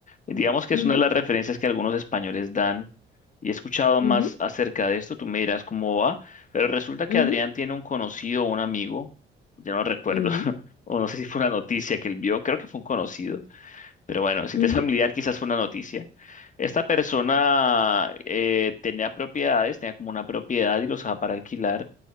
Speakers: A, on the left; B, on the left.
A: Digamos que
B: Ujú,
A: es una de las referencias que algunos españoles dan y he escuchado
B: ujú,
A: más acerca de esto, tú me dirás cómo va, pero resulta que
B: ujú,
A: Adrián tiene un conocido, o un amigo, ya no recuerdo,
B: ujú,
A: <laughs> o no sé si fue una noticia que él vio, creo que fue un conocido, pero bueno, si
B: ujú,
A: te es familiar quizás fue una noticia. Esta persona eh, tenía propiedades, tenía como una propiedad y los dejaba para alquilar,